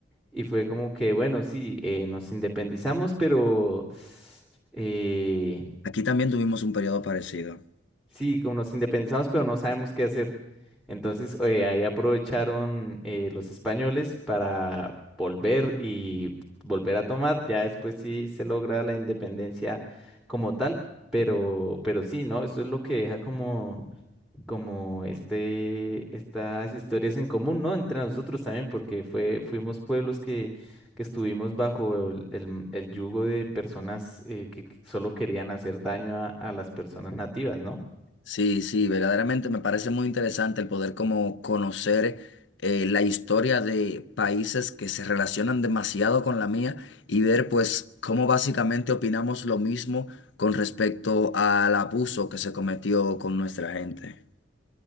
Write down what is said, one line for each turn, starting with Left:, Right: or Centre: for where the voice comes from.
Centre: y fue como que, bueno, sí, eh, nos independizamos, pero... <sighs> eh,
Left: Aquí también tuvimos un periodo parecido.
Centre: Sí, como nos independizamos, pero no sabemos qué hacer. Entonces, eh, ahí aprovecharon eh, los españoles para volver y volver a tomar. Ya después sí se logra la independencia como tal, pero, pero sí, ¿no? Eso es lo que deja como, como este, estas historias en común, ¿no? Entre nosotros también, porque fue, fuimos pueblos que, que estuvimos bajo el, el- el yugo de personas eh, que que solo querían hacer daño a a las personas nativas, ¿no?
Left: Sí, sí, verdaderamente me parece muy interesante el poder como conocer eh, la historia de países que se relacionan demasiado con la mía y ver pues cómo básicamente opinamos lo mismo con respecto al abuso que se cometió con nuestra gente.